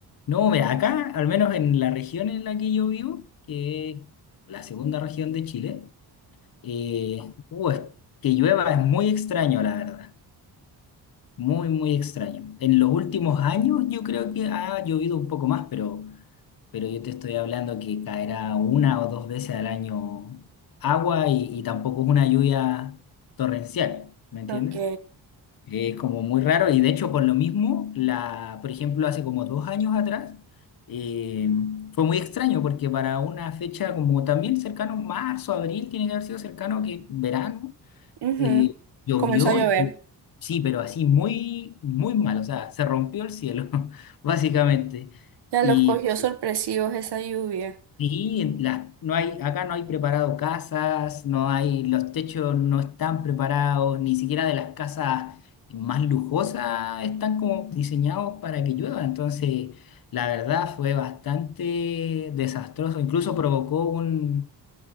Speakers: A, on the left; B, on the right.
A: No, mira, acá, al menos en la región en la que yo vivo, que es la segunda región de Chile, eh, uh, es que llueva es muy extraño, la verdad. Muy, muy extraño. En los últimos años yo creo que ha llovido un poco más, pero, pero yo te estoy hablando que caerá una o dos veces al año agua y, y tampoco es una lluvia torrencial, ¿me entiendes?
B: Ok.
A: Es como muy raro y de hecho por lo mismo, la, por ejemplo, hace como dos años atrás, eh, fue muy extraño porque para una fecha como también cercano, marzo, abril, tiene que haber sido cercano que verano.
B: Ujú.
A: Y llovió,
B: Comenzó a llover.
A: y- sí, pero así muy, muy mal, o sea, se rompió el cielo, <laughs> básicamente.
B: Ya
A: Y,
B: los cogió sorpresivos esa lluvia.
A: y en las- no hay, acá no hay preparado casas, no hay, los techos no están preparados, ni siquiera de las casas más lujosas están como diseñados para que llueva. Entonces, la verdad fue bastante desastroso, incluso provocó un,